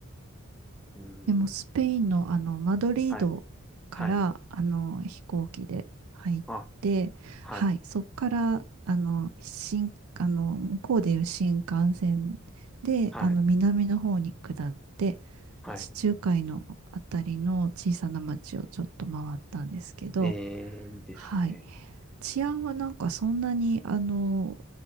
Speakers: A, in the centre; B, on the right.
A: ーん。
B: でもスペインのあのマドリードからあの飛行機で入って、
A: はい、はい。あ、はい、
B: はい、そこからあの新、あの向こうでいう新幹線であの南の方に下って、
A: はい、はい。
B: 地中海のあたりの小さな町をちょっと回ったんですけど、
A: ええ、いいですね。
B: はい、治安はなんかそんなにあの